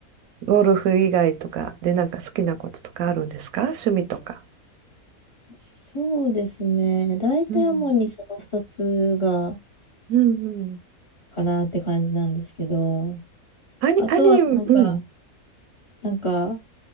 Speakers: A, on the right; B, on the left.
A: ゴルフ以外とかでなんか好きなこととかあるんですか趣味とか。
B: そうですね。大体主にその2つが、
A: うん。うんうん。
B: かなって感じなんですけど、
A: アニ、
B: あとはなんか、
A: アニ、うん。
B: なんか、